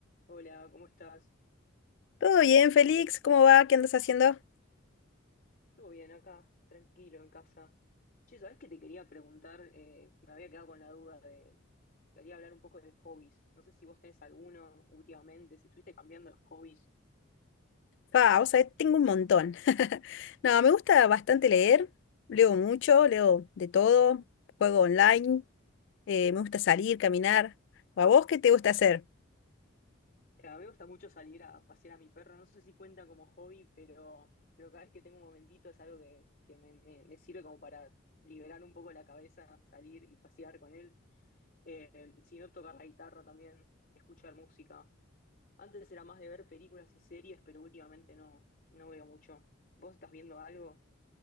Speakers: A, on the left (about 45°); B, on the left (about 60°).
A: Hola, ¿cómo estás?
B: ¿Todo bien, Félix? ¿Cómo va? ¿Qué andas haciendo?
A: ¿Todo bien acá? Tranquilo, en casa. Che, ¿sabés que te quería preguntar? Eh, me había quedado con la duda de... Quería hablar un poco de hobbies. No sé si vos tenés alguno últimamente, si estuviste cambiando los hobbies.
B: Ah, vos sabés, tengo un montón. No, me gusta bastante leer. Leo mucho, leo de todo. Juego online. eh, me gusta salir, caminar. ¿O a vos qué te gusta hacer?
A: Eh, a mí me gusta mucho salir a pasear a mi perro. No sé si cuenta como hobby, pero, pero cada vez que tengo un momentito es algo que, que me, me- me sirve como para liberar un poco la cabeza, salir y pasear con él. Eh, si no, tocar la guitarra también, escuchar música. Antes era más de ver películas y series, pero últimamente no, no veo mucho. ¿Vos estás viendo algo?